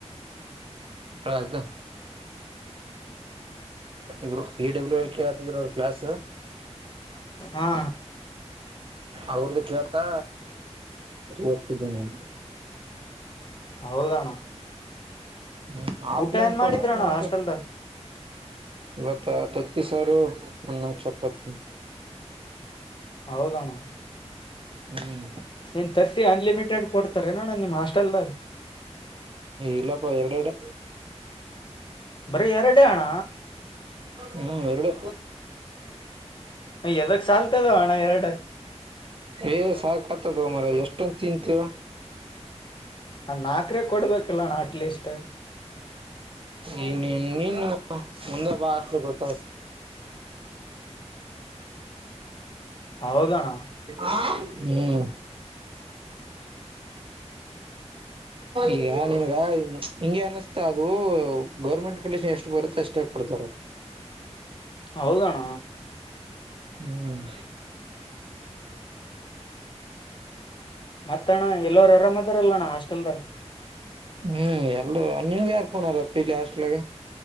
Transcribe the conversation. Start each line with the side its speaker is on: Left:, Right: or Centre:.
Right: ಪ್ರ್ದ ಇರು ಇ ಡಬ್ಲ್ಯೂ ಎಲ್ ಕೆ ಹತದ್ರ ಅವರು ಕ್ಲಾಸ್
Left: ಹಾ
Right: ಅವ್ರ್ದು ಕೇಳ್ತಾ ಓದ್ತಿದ್ದೇನೆ
Left: ಹೌದಣ್ಣ
Right: ಹ್ಮ ಆಫ್ಲೈನ್
Left: ಊಟ ಏನ್ ಮಾಡಿದ್ರಣ್ಣ
Right: ಕೂಡ ನನ್
Left: ಹಾಸ್ಟೆಲ್ದಾಗ
Right: ಇವತ್ತ ತತಿ ಸಾರು ಅನ್ನ ಚಪಾತಿ
Left: ಹೌೋಗಣ
Right: ಹ್ಮ್
Left: ನೀನ್ ತತ್ತಿ ಅನ್ಲಿಮಿಟೆಡ್ ಕೊಡ್ತಾರೆ ನೋಣನ್ ನಿಮ್ ಹಸ್ಟೆಲ್ದಾಗ
Right: ಇಲ್ಲಪ ಎವಡಡೆ
Left: ಬರೀ ಎರಡೇ ಅಣ್ಣ
Right: ಹ್ಮ್ ಎರಡು
Left: ಯದ ಚಲ್ತದೆ ಅಣ ಎರಡು
Right: ಏ ಸಾ ತದ ಮರ ಎಷ್ಟೊಂದು ತಿನ್ಂತೀವ
Left: ಅ ನಾಕ್ರೇ ಕೊಡ್ಬೇಕಲ್ಲಣ್ಣ ಅಟ್ಲೀಸ್ಟ್
Right: ಇನ್ನು ಮುಂದೆ ಬಾಷ್ಟಲಿ ಗೊತ್ತ
Left: ಹೌದಣ್ಣ
Right: ಹ ಹ್ಮ್ ಈಗ ನಿನ್ಗ ನಿಗೆ ಅನಸ್ತಾ ಅದು ಗೌರ್ಮೆಂಟ್ ಕಂಡಷನ್ ಎಷ್ಟು ಬರುತ್ತೆ ಅಷ್ಟ ಇಷ್ಟ ಕೊಡ್ತಾರ
Left: ಹೌದಣ
Right: ಹ್ಮ್
Left: ಮತ್ತ ಅಣ್ಣ ಎಲ್ಲೋ ಅರಾಮದಾರಲ್ಲ ಅಣ್ಣ ಹಾಸ್ಟೆಲ್ದಾಗ
Right: ಹ್ಮ್ ಎಲ್ಲ ನಿನ್ಗೆ ಯಾರ್ ಕನಾರ ಪಿಲಿ ಅಸ್ಲಾಗ